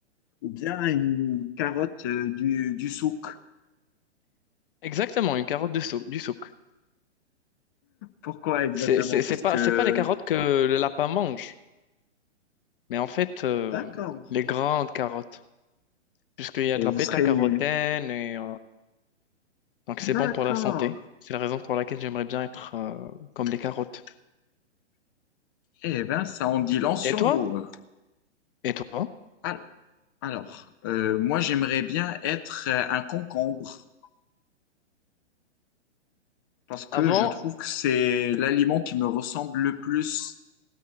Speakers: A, on the left; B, on the left.
A: ou bien une carotte euh, du, du souk.
B: Exactement, une carotte de sou- du souk.
A: Pourquoi exactement?
B: C'est c'est-
A: Parce
B: c'est pas,
A: que,
B: c'est pas les carottes que le lapin mange, mais en fait, euh,
A: d'accord.
B: les grandes carottes. Puisqu'il y a
A: Et
B: de
A: vous
B: la bêta-carotène
A: serez,
B: et Donc c'est
A: d'accord.
B: bon pour la santé. C'est la raison pour laquelle j'aimerais bien être euh, comme les carottes.
A: Eh bien, ça en dit long sur
B: Et toi?
A: vous. euh.
B: Et toi?
A: Al- Alors, euh, moi, j'aimerais bien être euh, un concombre parce que
B: Avant,
A: je trouve que c'est l'aliment qui me ressemble le plus.